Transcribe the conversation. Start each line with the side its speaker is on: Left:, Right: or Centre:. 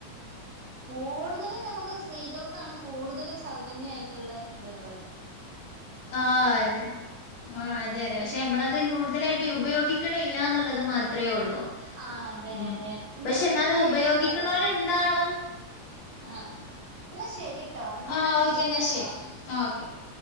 Right: കൂടുതലും നമുക്ക് സ്ത്രീകൾക്കാണ് കൂടുതലും സൗജന്യയിട്ടുള്ള ഇത്കള്
Left: ആ അതെ ആ അതെ അതെ പക്ഷെ നമ്മളത് കൂടുതലായിട്ട് ഉപയോഗിക്ക ക്കണില്ല എന്നുള്ളത് മാത്രമേ ഉള്ളൂ?
Right: ആഹ് അതെ
Left: ഉം
Right: അതെ എന്നാ
Left: പക്ഷെ
Right: പിന്നെ
Left: എന്നാലത്
Right: ശരിട്ടോ
Left: ഉപയോഗിക്കണോല് ഇണ്ടാണും,
Right: ആഹ എന്നാ ശരിട്ടോ ഞാൻ
Left: ആഹ് ഓക്കെ
Right: വിളിക്കാട്ടോ.
Left: എന്നാ ശരി ആഹ് ഓക്കെ ഓക്കെ